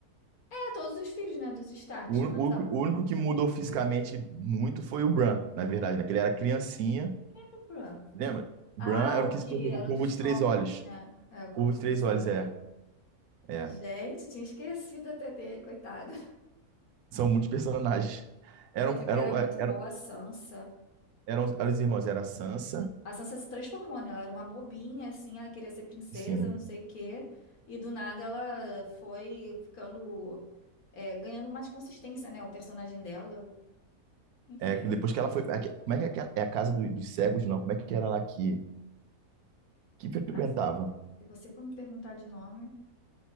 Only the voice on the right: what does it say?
O,
ú- o
único o único que mudou fisicamente muito foi o Bran, na verdade, né? Que ele era criancinha,
lembra? O
Bran era
o que
se tornou
o Curvo
de
Três Olhos.
Curvo de
Três Olhos,
é. É.
São muitos personagens.
Eram,
eram,
é, eram,
eram, eram os irmãos, era a Sansa,
sim.
É, depois que ela foi. aque- Como é que é, aquela- é a casa do- dos cegos, não? Como é que era lá que, que frequentava?